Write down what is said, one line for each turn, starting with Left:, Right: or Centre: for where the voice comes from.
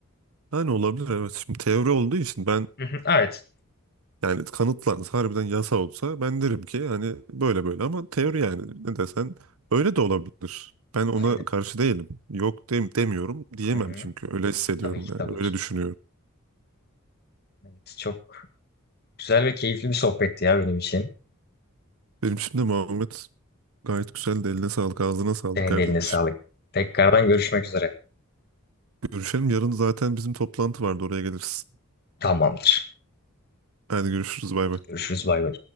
Right: Yani olabilir evet. Şimdi teori olduğu için ben
Left: Hı hı, Evet.
Right: yani kanıtlansa harbiden yasa olsa ben derim ki hani böyle böyle ama teori yani ne desen öyle de olabilir. Ben ona
Left: Aynen.
Right: karşı değilim. Yok dem demiyorum diyemem
Left: Hı hı.
Right: çünkü öyle hissediyorum
Left: Tabii ki
Right: yani
Left: tabii
Right: öyle
Left: ki.
Right: düşünüyorum.
Left: Evet, çok Güzel ve keyifli bir sohbetti ya benim için.
Right: Benim şimdi Muhammed gayet güzel de eline sağlık ağzına sağlık
Left: Senin
Right: kardeşim.
Left: de eline sağlık. Tekrardan görüşmek üzere.
Right: Görüşelim yarın zaten bizim toplantı vardı oraya geliriz.
Left: Tamamdır.
Right: Hadi görüşürüz bay bay.
Left: Görüşürüz bay bay.